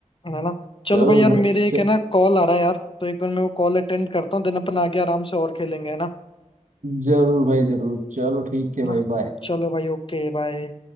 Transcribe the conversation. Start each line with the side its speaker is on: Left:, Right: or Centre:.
Left: है ना चलो
Right: चलो
Left: भाई यार
Right: भ-
Left: मेरे एक
Right: च,
Left: है ना कॉल आ रहा है यार तो एक बार मैं वो कॉल अटेंड करता हूँ देन अपन आगे आराम से और खेलेंगे है ना
Right: जरूर भाई जरूर चलो ठीक है
Left: है
Right: भाई
Left: ना?
Right: बाय
Left: चलो भाई ओके बाय